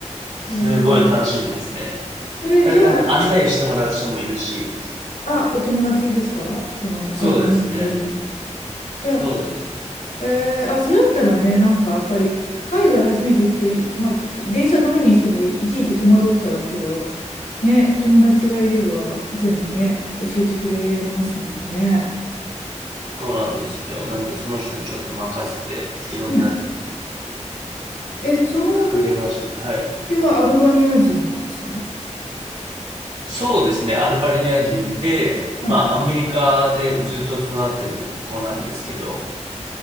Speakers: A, on the right; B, on the left.
A: すごい楽しみですね。
B: ええそれじゃあ、
A: えなんで案内してもらう人もいるし、
B: あ、お友達ですかそのアルバニアにいる。
A: そうですね。
B: じゃあ、
A: そうです。
B: えーあ、それだったらね、なんかやっぱり海外初めて行くとい、まあ、電車乗るにしてもいちいち戸惑っちゃうけど、ね、友達がいれば全部ね、教えてくれますもんね。
A: そうなんですよ。なんでその人にちょっと任せて、いろんな
B: ねえ、そのお友
A: 隠れ場所に、はい。
B: 達はアルバニア人なんですか
A: そうですね。アルバニア人で、
B: はい。
A: まあ、
B: あ
A: アメリカでずっと育ってる子なんですけど、